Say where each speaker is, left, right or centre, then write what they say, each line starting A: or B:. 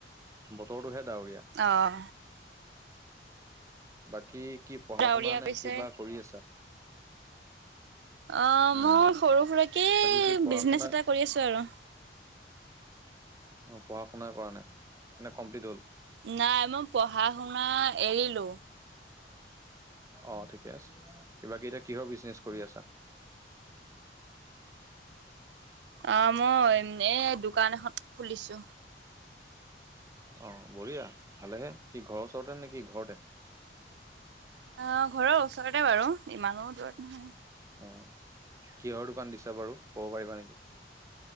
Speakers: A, on the right; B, on the right.
A: বতৰটোহে ডাৱৰীয়া।
B: অঁ।
A: বাকী কি পঢ়া
B: ডাৱৰীয়া
A: শুনা নে
B: কৰিছে
A: কিবা কৰি আছা?
B: অ',
A: উম,
B: মই সৰু সুৰাকে
A: বাকী কি পঢ়া
B: বিজনেচ
A: শুনা
B: এটা কৰি আছো আৰু।
A: অ পঢ়া শুনা কৰা নাই? নে কমপ্লিট হ'ল?
B: নাই, মই পঢ়া শুনা এৰিলো।
A: অ ঠিকে আছে। বাকি এতিয়া কিহৰ বিজনেচ কৰি আছা?
B: অ মই এই দোকান এখন খুলিছো।
A: অ বঢ়িয়া, ভালেহে, কি ঘৰৰ ওচৰতে নে কি ঘৰতে?।
B: অ ঘৰৰ ওচৰতে বাৰু, ইমানো দূৰত নহয়।
A: উম, কিহৰ দোকান দিছা বাৰু, ক'ব পাৰিবা নেকি?